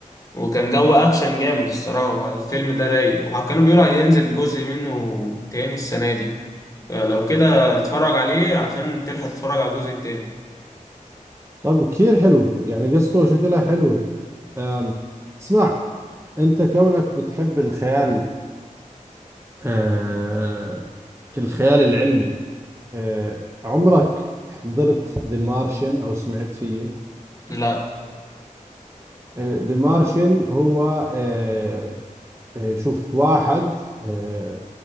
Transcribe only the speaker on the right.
طب كثير حلو يعني قصته شكلها حلوة أم، اسمع أنت كونك بتحب الخيال آه الخيال العلمي آه، عمرك حضرت ذا مارشن او سمعت فيه
ذا مارشن هو آه، آه، شوف واحد آه،